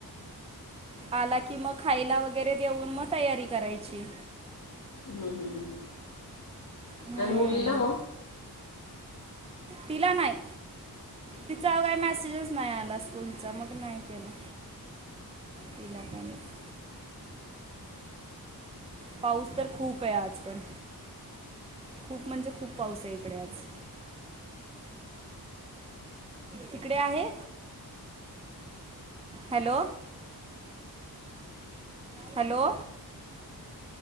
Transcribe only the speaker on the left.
हम्म. हम्. हं.
आणि मुलीला मग?